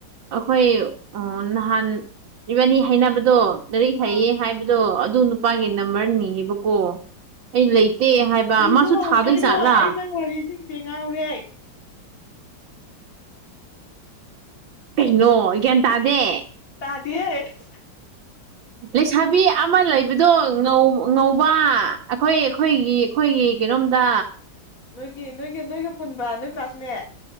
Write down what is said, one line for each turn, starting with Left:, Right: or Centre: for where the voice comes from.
Right: ꯑꯩꯈꯣꯏ ꯑꫭ ꯅꯍꯥꯟ ꯏꯕꯥꯅꯤ ꯍꯥꯏꯅꯕꯗꯣ ꯂꯔꯤꯛ ꯍꯩꯌꯦ
Left: ꯑꯥ
Right: ꯍꯥꯏꯕꯗꯣ ꯑꯗꯨ ꯅꯨꯄꯥꯒꯤ ꯅꯝꯕꯔ ꯅꯤꯌꯦꯕꯀꯣ꯫ ꯑꯩ ꯂꯩꯇꯦ ꯍꯥꯏꯕ
Left: ꯀꯩꯅꯣ
Right: ꯃꯥꯁꯨ ꯊꯥꯗꯣꯏ
Left: ꯀꯩꯅꯣ
Right: ꯖꯥꯠꯂꯥ
Left: ꯑꯩ ꯅꯪ ꯋꯥꯔꯤꯁꯤꯡꯁꯦ ꯉꯥꯎ꯭ꯔꯦ꯫
Right: ꯀꯩꯅꯣ ꯒ꯭ꯌꯥꯟ ꯇꯥꯗꯦ꯫
Left: ꯇꯥꯗꯦ ꯫
Right: ꯂꯩꯁꯥꯕꯤ ꯑꯃ ꯂꯩꯕꯗꯣ꯫ ꯉꯧ ꯉꯧꯕ ꯑꯩꯈꯣꯏ ꯑꯩꯈꯣꯏꯒꯤ ꯑꯩꯈꯣꯏꯒꯤ ꯀꯩꯅꯣꯝꯗ꯫
Left: ꯅꯣꯏꯒꯤ ꯅꯣꯏꯒꯤ ꯅꯣꯏꯒ ꯄꯨꯟꯕ ꯅꯣꯏ ꯀ꯭ꯂꯥꯁꯃꯦꯠ꯫